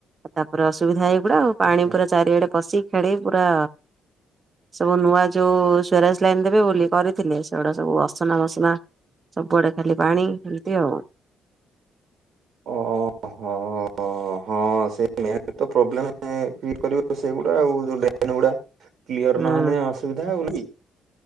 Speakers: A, on the right; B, on the right.
A: ତାପ ପୁରା ଅସୁବିଧା ହେଇଗୁଡା ଆଉ ପାଣି
B: ଆଚ୍ଛା
A: ପୁରା ଚାରିଆଡେ ପଶି ଖେଳି ପୁରା। ସବୁ ନୂଆ ଯୋଉ ସ୍ଵରାଜ ଲାଇନ ଦେବେ ବୋଲି କରିଥିଲେ ସେଗୁଡା ସବୁ ଅସନା ମସନା। ସବୁଆଡେ ଖାଲି ପାଣି କମୀତି ଆଉ।
B: ଓହୋ ହୋ ହୋ। ହ ହଁ ସେ ପ୍ରୋବ୍ଲେମ ସେଗୁଡା ଆଉ ଯୋ ଗୁଡା କ୍ୟର
A: ହୁଁ
B: ନହେଲେ ଅସୁବିଧା ହଉନି।